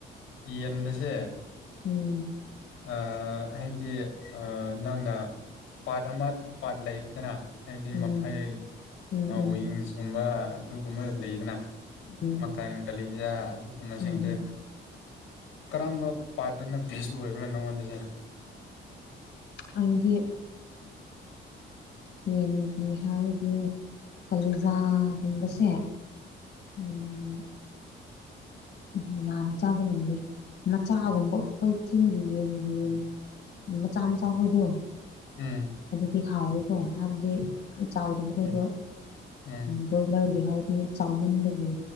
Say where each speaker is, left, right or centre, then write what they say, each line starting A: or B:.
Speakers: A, on the left; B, on the left.
A: ꯌꯦꯟꯗꯁꯦ
B: ꯎꯝ꯫
A: ꯑꯥ ꯍꯥꯏꯕꯗꯤ ꯑ ꯅꯪꯅ ꯄꯥꯔꯠ ꯑꯃ ꯄꯥꯔꯠ ꯂꯩꯗꯅ꯫ ꯍꯥꯏꯕꯗꯤ
B: ꯎꯝ
A: ꯃꯐꯩ
B: ꯎꯝ ꯎꯝ
A: ꯋꯤꯡꯁꯀꯨꯝꯕ ꯑꯗꯨꯒꯨꯝꯕ ꯂꯩꯗꯅ꯫
B: ꯎꯝ
A: ꯃꯈꯀꯟ ꯀꯂꯤꯖꯥ ꯑꯗꯨꯒꯨꯝꯕꯁꯤꯡꯁꯦ
B: ꯎꯝ
A: ꯀꯔꯝꯕ ꯄꯥꯔꯠꯇꯅ ꯚꯦꯁ ꯑꯣꯏꯕ꯭ꯔꯥ ꯅꯪꯉꯣꯟꯗꯁꯦ꯫
B: ꯑꯗꯨꯗꯤ ꯌꯦꯟꯒꯤ ꯍꯥꯏꯔꯗꯤ ꯀꯂꯦꯖꯥ ꯀꯨꯝꯕꯁꯦ ꯎꯝ ꯎꯝ ꯌꯥꯝ ꯆꯥꯕ ꯉꯝꯗꯦ ꯃꯆꯥꯒꯨꯝꯕ ꯑꯩꯈꯣꯏ ꯆꯤꯡꯒꯤ ꯌꯦꯟꯒꯤ ꯃꯆꯥ-ꯃꯆꯥ ꯈꯣꯏꯗꯨ
A: ꯎꯝ꯫
B: ꯒꯤ ꯍꯥꯎꯋꯦꯀꯣ ꯍꯥꯏꯕꯗꯤ ꯌꯥꯝ ꯆꯥꯎꯗꯕ ꯃꯈꯣꯏꯗꯣ
A: ꯎꯝ ꯎꯝ
B: ꯕ꯭ꯔꯣꯏꯂꯔꯒꯤ ꯍꯥꯏ ꯗꯤ ꯆꯥꯎꯃꯟꯗꯒꯤ